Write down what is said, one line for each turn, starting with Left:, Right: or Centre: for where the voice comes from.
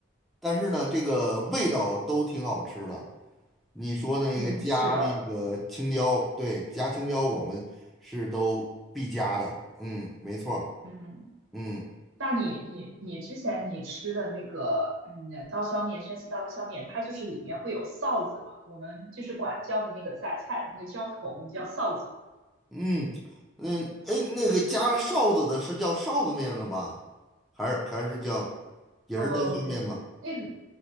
Centre: 但是呢，这个味道都挺好吃的。你说那个加那个青椒，
Right: 嗯，是的，
Centre: 对，加青椒我们是都必加的。嗯，没错儿。
Right: 嗯。
Centre: 嗯
Right: 那你你你之前你吃的那个嗯刀削面，山西刀削面，它就是里面会有臊子嘛？我们就是管叫的那个榨菜，那个浇头，我们叫臊子。
Centre: 嗯嗯，哎，那个加了臊子的是叫臊子面了吧？还是还是叫也是刀削面吧？
Right: 嗯，那个